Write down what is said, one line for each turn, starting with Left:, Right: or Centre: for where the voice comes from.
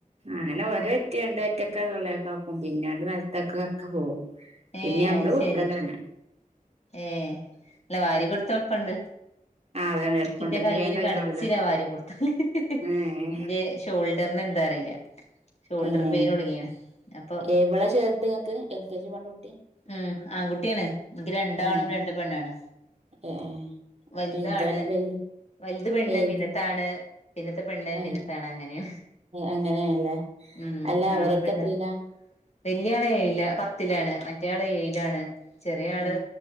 Right: അങ്ങനെ ഓര ഒറ്റണ്ട് ഒറ്റക്കെെള്ളയൊക്കെ ആക്കും പിന്നെണ്ട് നരത്തക്കെ ക്ക പോ
Left: ഏ
Right: പിന്നെ നമ്മള്
Left: അത്
Right: കൊറക്കലാണ്
Left: ശരി ഏ അല്ല വാരി കൊടുത്ത് കൊഴപ്പണ്ട്
Right: ആ അതാണ്
Left: എനിക്കിന്റെ
Right: എളുപ്പണ്ട് ഇന്ന്
Left: കയ്ന്
Right: വേഗം കഴിഞ്ഞോളല്ലോ
Left: കടച്ചില്ല വാരി കൊടുത്തല്
Right: ഏഹ്
Left: എന്റെ ഷോൾഡറിന് ന്താ അറിയില്ല ഷോൾഡർ
Right: ഉം
Left: പെയിൻ തുടങ്ങിയാണ് അപ്പൊ
Right: എവിട ചേർത്ങ്ങക്ക് എൽ കെ ജിക്കൊണ്ട് വി
Left: ഉം ആൺകുട്ടിയാണ് എനിക്ക് രണ്ടാണും
Right: ഏ
Left: രണ്ടുപെണ്ണാണ്
Right: ഏ
Left: വലുതാണ്
Right: വലുതോല വല്യ
Left: വലുത് പെണ്ണ്
Right: വലുത്
Left: പിന്നത്താണ് പിന്നത്തെ പെണ്ണ്
Right: ആ
Left: പിന്നത്തെ ആണ അങ്ങനെയാണ്
Right: അങ്ങനെയാണല്ലേ
Left: ഉം
Right: അല്ല അവരൊക്കെ
Left: ആണും പെണ്ണുമാ
Right: എത്രയിലാ
Left: പിന്നെ വല്യ ആള ഏഴിലല്ല പത്തിലാണ് മറ്റ ഏഴിലാണ് ചെറിയ ആള്
Right: ഏ